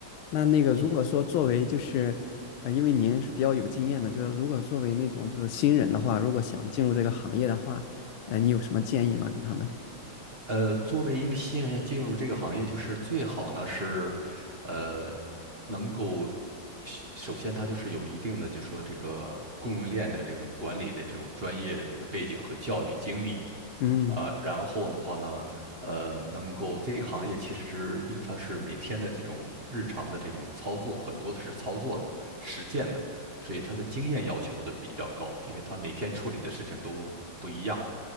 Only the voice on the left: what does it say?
那那个，
如果说作为就是，啊，因为您是比较有经验的，就是如果作为那种就是新人的话，如果想进入这个行业的话，呃，你有什么建议吗？给他们？
嗯